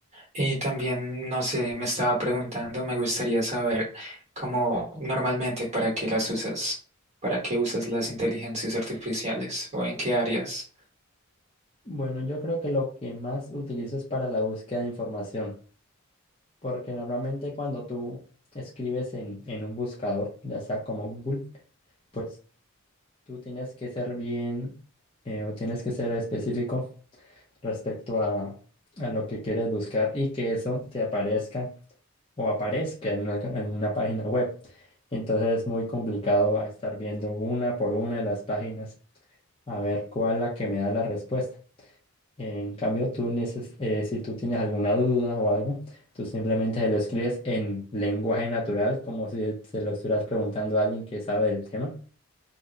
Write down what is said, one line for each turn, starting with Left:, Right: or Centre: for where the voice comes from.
Right: Y también, no sé, me estaba preguntando, me gustaría saber cómo normalmente para qué las usas, para qué usas las inteligencias artificiales o en qué áreas.
Left: Bueno, yo creo que lo que más utilizo es para la búsqueda de información, porque normalmente cuando tú escribes en, en un buscador, ya sea como Google, pues Tú tienes que ser bien eh, o tienes que ser específico respecto a, a lo que quieres buscar y que eso te aparezca o aparezca en una, en una página web. Entonces es muy complicado a estar viendo una por una de las páginas a ver cuál es la que me da la respuesta. En cambio, tú neces- eh, si tú tienes alguna duda o algo, tú simplemente se lo escribes en lenguaje natural, como si se lo estuvieras preguntando a alguien que sabe del tema